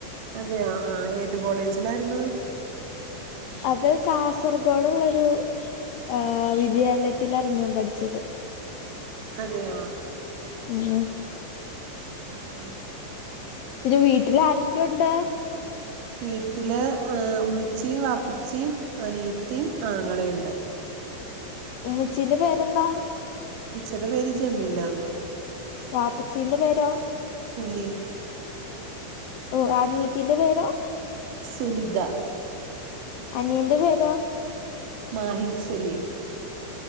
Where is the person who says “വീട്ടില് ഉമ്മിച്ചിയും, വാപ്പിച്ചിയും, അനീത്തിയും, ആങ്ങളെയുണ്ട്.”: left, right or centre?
Right